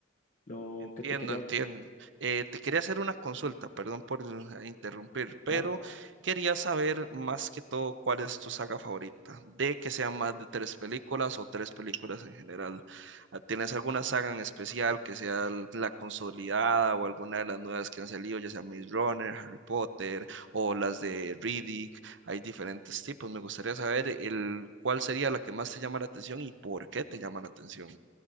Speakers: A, on the left; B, on the right.
A: Lo
B: Entiendo,
A: que te quería,
B: entiendo. Eh, te quería hacer una consulta, perdón por eh, interrumpir, pero
A: claro,
B: quería saber más que todo cuál es tu saga favorita, de que sean más de tres películas o tres películas en general. Ah, ¿Tienes alguna saga en especial que sea l- la consolidada o alguna de las nuevas que han salido, ya sea Maze Runner, Harry Potter o las de Riddick? Hay diferentes tipos. Me gustaría saber el cuál sería la que más te llama la atención y por qué te llama la atención.